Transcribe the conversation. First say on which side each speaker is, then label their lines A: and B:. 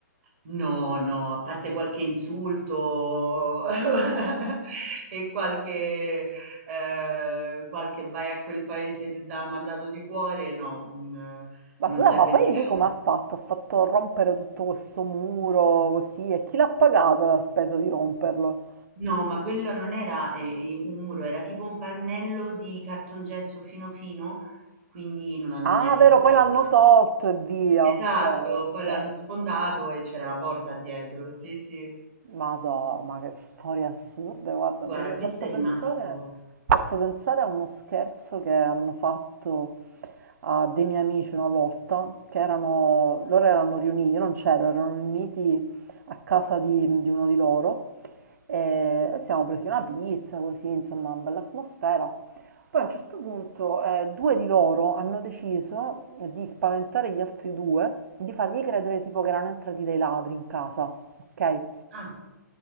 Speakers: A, on the right; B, on the right.
A: No, no, a parte qualche insulto <laughs> e qualche ehm, qualche "vai a quel paese, che ti dà mandato di cuore", no, mhmm,
B: Ma
A: non
B: scusa,
A: s'è
B: ma
A: vendicato.
B: poi lui come ha fatto? Ha fatto rompere tutto questo muro così e chi l'ha pagato la spesa di romperlo?
A: No, ma quello non era, ehm, un muro, era tipo un pannello di cartongesso fino fino, quindi non hanno
B: Ah,
A: neanche
B: vero,
A: specificato.
B: poi l'hanno tolto e via.
A: Esatto,
B: Ciao,
A: poi
B: ciao.
A: l'hanno sfondato e c'era la porta dietro, sì, sì.
B: Madò, ma che storie assurde, guarda,
A: Guarda,
B: mi ha
A: questo
B: fatto
A: è rimasto
B: pensare, fatto pensare a uno scherzo che hanno fatto a dei miei amici una volta, che erano, loro erano riuniti, io non c'ero, erano riuniti a casa di, di uno di loro e, e siamo presi una pizza, così, insomma, una bella atmosfera. Poi a un certo punto eh, due di loro hanno deciso di spaventare gli altri due, di fargli credere tipo che erano entrati dei ladri in casa, ok?
A: ah,